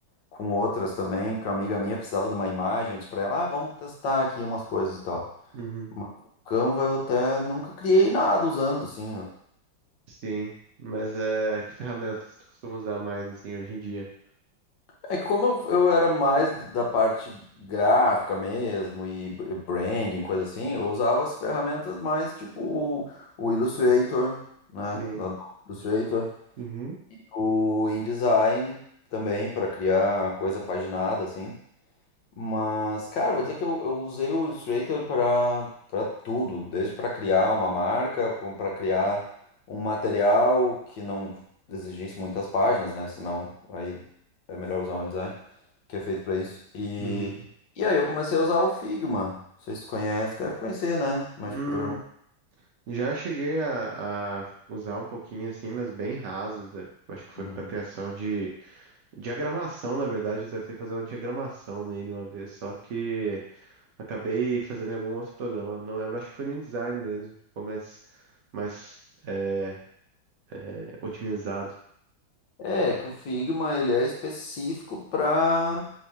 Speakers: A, on the left; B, on the right.
A: com outras também, que uma amiga minha precisava de uma imagem, eu disse para ela, ah, vamos testar aqui umas coisas e tal.
B: uhum,
A: Mas o Canva eu até nunca criei nada usando assim.
B: sim, mas é, que ferramenta você costuma usar mais, assim, hoje em dia?
A: É que como eu, eu era mais da parte gráfica mesmo e b- e branding, coisa assim, eu usava as ferramentas mais tipo o, o Illustrator, né?
B: Sim.
A: da Adobe Illustrator,
B: Uhum.
A: o InDesign também para criar coisa paginada assim. Mas, cara, vou dizer que eu, eu usei o Illustrator para para tudo, desde para criar uma marca, como para criar um material que não exigisse muitas páginas, né? Senão aí é melhor usar o InDesign, que é feito para isso. E,
B: Uhum.
A: e aí eu comecei a usar o Figma. Não sei se tu conhece, deve conhecer, né? Mas
B: Hum,
A: programa.
B: Já cheguei a, a usar um pouquinho assim, mas bem raso. né? Eu Acho que foi
A: Uhum.
B: para criação de diagramação, na verdade. Eu tentei fazer uma diagramação nele uma vez, só que acabei fazendo em algum outro programa. Não lembro, acho que foi no InDesign mesmo. Ficou mais, mais é, é, otimizado.
A: É, que o Figma ele é específico para